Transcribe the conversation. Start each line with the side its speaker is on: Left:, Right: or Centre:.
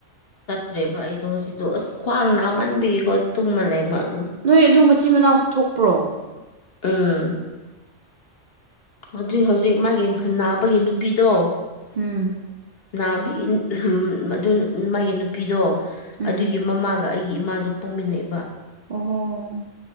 Left: ꯆꯠꯇ꯭ꯔꯦꯕ ꯑꯩꯗꯣ ꯉꯁꯤꯗꯣ ꯑꯁ ꯈ꯭ꯋꯥꯡ ꯅꯥꯃꯟꯕꯤꯀꯣ ꯇꯨꯝꯃꯒ ꯂꯩꯕ ꯑꯗꯨꯝ
Right: ꯅꯣꯏ ꯑꯗꯨ ꯃꯆꯤꯟ ꯃꯅꯥꯎ ꯊꯣꯛꯄ꯭ꯔꯣ
Left: ꯎꯝ ꯑꯗꯨꯏ ꯍꯧꯖꯤꯛ ꯃꯥꯒꯤ ꯅꯍꯟ ꯅꯥꯕꯒꯤ ꯅꯨꯄꯤꯗꯣ
Right: ꯎꯝ
Left: ꯅꯥꯕꯤꯟ ꯍꯝ ꯃꯗꯨ ꯃꯥꯒꯤ ꯅꯨꯄꯤꯗꯣ
Right: ꯎꯝ
Left: ꯑꯗꯨꯒꯤ ꯃꯃꯥꯒ ꯑꯩ ꯒꯤ ꯏꯃꯥꯗꯨ ꯄꯣꯛꯃꯤꯟꯅꯩꯕ
Right: ꯑꯣ